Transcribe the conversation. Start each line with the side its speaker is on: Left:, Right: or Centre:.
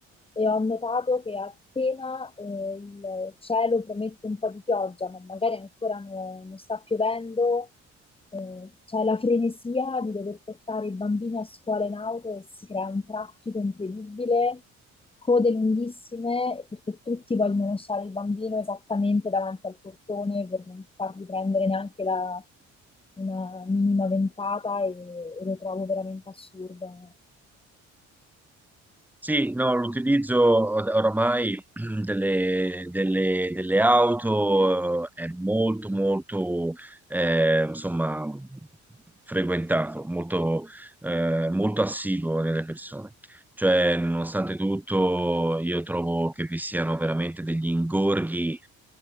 Left: e ho notato che appena eh, il cielo promette un po' di pioggia, ma magari ancora no- non sta piovendo, c'è la frenesia di dover portare i bambini a scuola in auto e si crea un traffico incredibile, code lunghissime, perché tutti vogliono lasciare il bambino esattamente davanti al portone per non fargli prendere neanche la- una minima ventata e, e lo trovo veramente assurdo.
Centre: Sì, no, l'utilizzo or- oramai <clears throat> delle, delle- delle auto eh, è molto, molto, eh, insomma, frequentato, molto, eh, molto assiduo nelle persone. Cioè, nonostante tutto, io trovo che vi siano veramente degli ingorghi